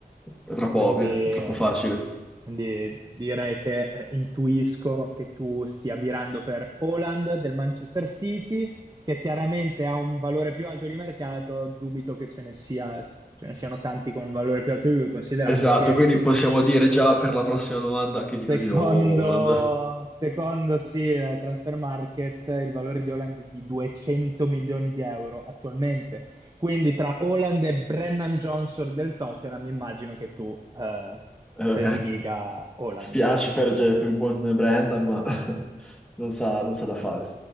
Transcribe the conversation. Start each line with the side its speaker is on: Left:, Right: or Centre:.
Centre: È troppo
Right: Quindi
Centre: ovvia,
Right: eh,
Centre: è troppo facile.
Right: Quindi direi che eh, intuisco che tu stia virando per Haaland del Manchester City, che chiaramente ha un valore più alto di mercato. Dubito che ce ne sia- ce ne siano tanti con un valore più alto di lui, considerando
Centre: Esatto,
Right: che
Centre: quindi possiamo dire già per la prossima domanda che dico
Right: secondo,
Centre: di nuovo Holland.
Right: secondo sì, la Transfer Market, il valore di Haaland è di 200 milioni di euro attualmente. Quindi tra Haaland e Brennan Johnson del Tottenham, immagino che tu eh,
Centre: Eh,
Right: prediliga Haaland.
Centre: spiace per, per il buon Brendan, ma <laughs> non sa, non sa da fare.